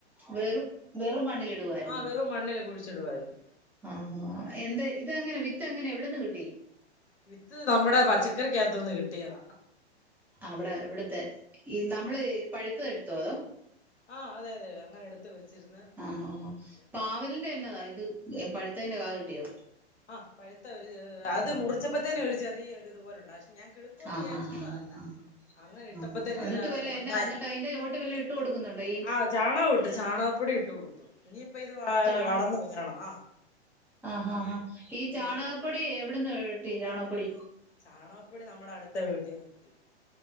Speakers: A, in the centre; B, on the left.
A: വെറും വെറും മണ്ണിലിടുവാര്ന്നൊ
B: ആ വെറും മണ്ണില് കുഴ് ച്ചിടുവായിരുന്നു
A: ആഹാ എന്തെ ഇതങ്ങനെ വിത്ത് എങ്ങനെ എവിടന്ന് കിട്ടി
B: വിത്ത് നമ്മടെ പച്ചക്കറിക്കകത്തൂന്ന് കിട്ടിയത
A: അവ്ടെ ഇവിടുത്തെ ഈ നമ്മള് പഴുത്തത് എടുത്തൊ അതോ
B: ആഹ് അതെ അതെ അങ്ങനെ എടുത്ത് വെച്ചിരുന്ന്
A: ആഹ് ആഹ് ആഹ്
B: ഇട്ടതാ
A: പാവൽന്റെ എന്നതാ ഇത് പഴുത്തതിന്റെ കാ കിട്ടിയോ
B: ആഹ് പഴുത്ത ഒര് അത് മുറിച്ചപ്പൊത്തന്നെ ഒരു ചെറിയ ഒരു ഇത്പോലെണ്ടാ പക്ഷെ ഞാൻ കിളുക്കോന്ന്
A: ആഹ്
B: വിചാരിച്ചിട്ടതല്ല
A: ആഹ് ആഹ് ആഹ്
B: അങ്ങനെ ഇട്ടപ്പത്തേനും
A: ആഹ് എന്നിട്ട്
B: ഏതായാലും
A: വല്ല
B: അത് ഉണ്ടായി
A: എന്നാ എന്നിട്ട് അതിന്റെ ചോട്ടി വല്ലൊ ഇട്ട് കൊടുക്കുന്നുണ്ടൊ ഈ
B: ആ ചാണകം ചാണകപ്പൊടി ഇട്ട് കൊടുത്തു ഇനി ഇപ്പൊ ഇത്
A: ചാണ
B: വളർന്ന് വരണം ആഹ്
A: ആഹ് ആഹ് ആഹ് ഈ ചാണകപ്പൊടി
B: ഉള്ളൂ
A: എവിട്ന്ന് കിട്ടി ചാണകപ്പൊടി
B: ചാണകപ്പൊടി നമ്മടെ അടുത്ത വീട്ടീന്ന് കിട്ടി